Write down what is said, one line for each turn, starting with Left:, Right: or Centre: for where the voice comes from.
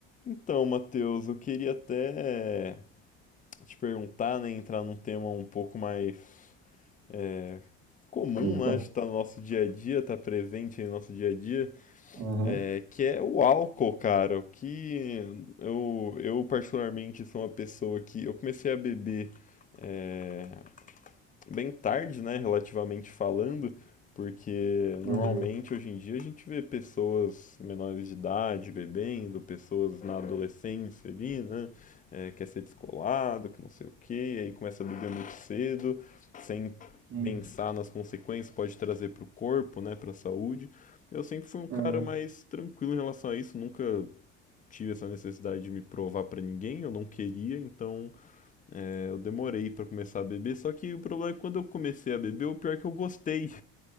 Left: Então, Matheus, eu queria até te perguntar, né, entrar num tema um pouco mais é, comum,
Right: Eita.
Left: né, que estar no nosso dia a dia, tá presente aí no nosso dia a dia,
Right: Aham,
Left: é, que é o álcool, cara. O que eu, eu particularmente sou uma pessoa que eu comecei a beber é, bem tarde, né, relativamente falando, porque normalmente
Right: aham,
Left: hoje em dia a gente vê pessoas menores de idade bebendo, pessoas na adolescência ali, né, é, quer ser descolado, que não sei o quê, aí começa a beber muito cedo, sem
Right: hum,
Left: pensar nas consequências, pode trazer para o corpo, né, para a saúde. Eu sempre fui um cara
Right: aham.
Left: mais tranquilo em relação a isso, nunca tive essa necessidade de me provar para ninguém, eu não queria, então eu demorei pra começar a beber, só que o problema é que quando eu comecei a beber, o pior é que eu gostei